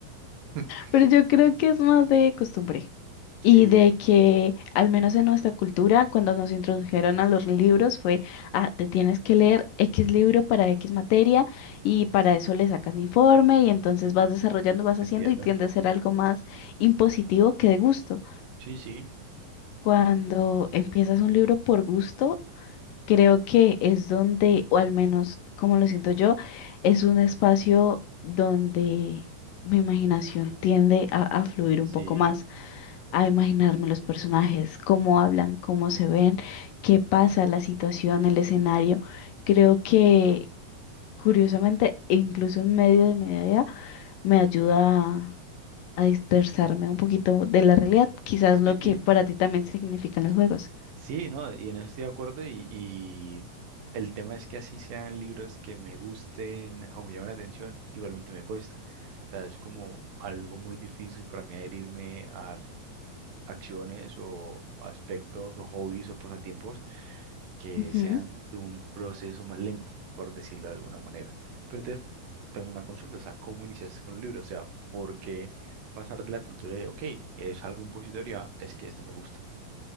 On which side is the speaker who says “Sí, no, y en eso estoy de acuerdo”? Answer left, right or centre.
Right